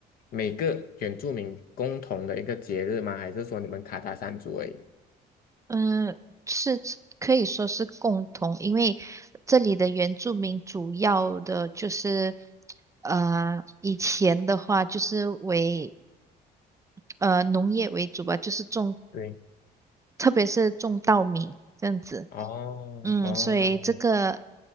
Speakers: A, on the left (about 60°); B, on the right (about 20°).
A: 每个原住民共同的一个节日吗？还是说你们卡达山族而已？
B: 嗯，是可以说是共同，因为这里的原住民主要的就是，呃，以前的话就是为呃农业为主吧，就是种，
A: 对，
B: 特别是种稻米这样子。
A: 哦哦，
B: 嗯，所以这个